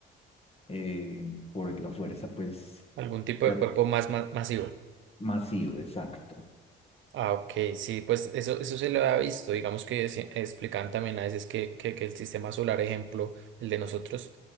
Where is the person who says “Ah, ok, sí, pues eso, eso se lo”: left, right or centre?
Right